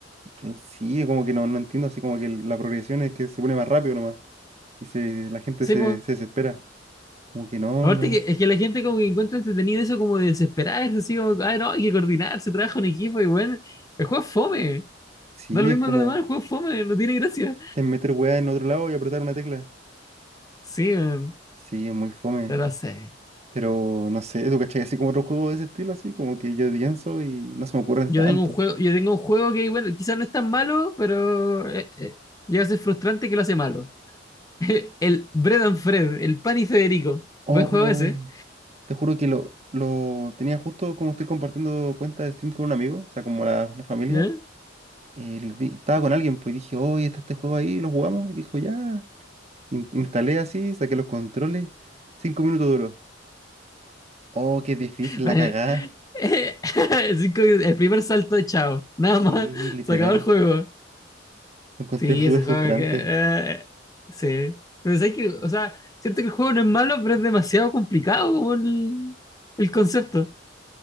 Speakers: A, on the right (about 35°); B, on the left (about 20°).
A: Eh, Sí, como que no, no entiendo, así como que la progresión es que se pone más rápido nomás. Y se, la gente
B: Sí,
A: se,
B: pues.
A: se desespera. Como que no,
B: Aparte
A: no.
B: que es que la gente como que encuentra entretenido eso como de desesperarse, así como, ah, no, hay que coordinarse, trabaja un equipo y bueno, el juego es fome,
A: Sí,
B: da lo mismo
A: es como
B: a lo demás, el juego es fome, no tiene gracia.
A: es meter weá en otro lado y apretar una tecla.
B: Sí, eh,
A: Sí, es muy fome.
B: no lo sé.
A: Pero no sé, ¿tú cachai? Así como otro juego de ese estilo, así como que yo pienso y no se me ocurren
B: Yo
A: tanto.
B: tengo un juego, yo tengo un juego que, bueno, quizás no es tan malo, pero eh, eh, llega a ser frustrante que lo hace malo. <laughs> El Bread and Fred, el Pan y Federico.
A: Oh.
B: Buen juego ese.
A: Te juro que lo, lo tenía justo como estoy compartiendo cuenta de Steam con un amigo, o sea, como la, la familia.
B: ¿ya?
A: eh, le di- estaba con alguien, pues y dije, oye, está este juego ahí, lo jugamos. Y dijo, ya. In- instalé así, saqué los controles. Cinco minutos duró. Oh, qué difícil
B: Bueno,
A: la cagada.
B: eh, <laughs> cinco minutos, el primer salto de chao. Nada
A: Sí,
B: más. <laughs>
A: literal.
B: Se acabó el juego.
A: Lo encontré
B: Sí,
A: súper
B: ese
A: frustrante.
B: juego que. eh, sí. Pero ¿sabes qué? o sea, siento que el juego no es malo, pero es demasiado complicado como el, el concepto.